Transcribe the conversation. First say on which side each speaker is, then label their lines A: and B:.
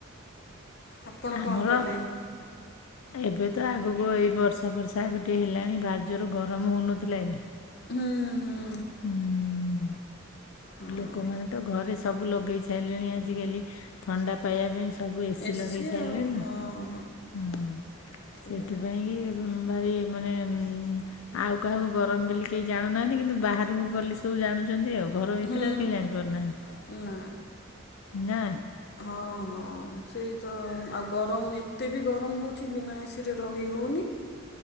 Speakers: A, on the left; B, on the left.
A: ଆପଣ
B: ଆମର
A: କଣ କଲେଣି?
B: ଏବେ ତ ଆଗକୁ ଏଇ ବର୍ଷା ଫର୍ଶା ଏବେ ଟିକଏ ହେଲାଣି, ଭାରି ଜୋରେ ଗରମ ହେଉନଥିଲା କି?
A: ହୁଁ-ହୁଁ।
B: ହୁଁ
A: ହଁ
B: ଲୋକମାନେ ତ ଘରେ ସବୁ ଲଗେଇ ସାରିଲେଣି ଆଜିକାଲି। ଥଣ୍ଡା ପାଇବା ପାଇଁ ସବୁ ଏସିି
A: ଏସି
B: ଲଗେଇ ସାରିଲେଣି।
A: ଆଉ ହଁ
B: ହଁ,
A: ସେଇଆ
B: ସେଥିପାଇଁ କି ଭାରି ମାନେ ଆଉ କାହାକୁ ଗରମ ବେଲି କେହି ଜାଣୁନାହାନ୍ତି କିନ୍ତୁ ବାହାରକୁ ଗଲେ ସବୁ ଜାଣୁଛନ୍ତି ଆଉ, ଘର ଭିତରେ
A: ହୁଁ,
B: ଆଉ କେହି ଜାଣିପାରୁନାହାନ୍ତି
A: ନା।
B: ନା।
A: ହଁ-ହଁ ସେଇ? ତ ଆଉ ଗରମ ଏତେ ବି ଗରମ ହଉଛି ବିନା ଏସିରେ ରହି ହଉନି।